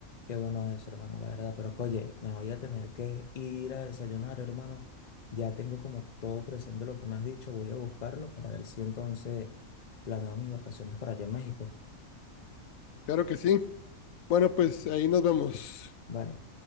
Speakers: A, on the left (about 40°); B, on the left (about 80°).
A: qué bueno eso, hermano, la verdad, pero que, oye, me voy a tener que ir a desayunar, hermano, ya tengo como todo presente lo que me has dicho, voy a buscarlo para ver si entonces planeo mis vacaciones para allá en México,
B: Claro que sí. Bueno, pues ahí nos vemos.
A: vale.